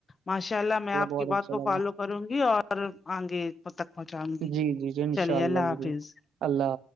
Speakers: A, on the left (about 40°); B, on the right (about 70°).
A: ماشاء اللہ میں آپ
B: بہت
A: کی بات
B: اچھا
A: کو فالو
B: لگا
A: کروں گی اور آگے تک پہنچاؤں گی
B: جی جی جی ان
A: چلیے
B: شاء
A: اللہ
B: ضرور
A: حافظ
B: اللہ حافظ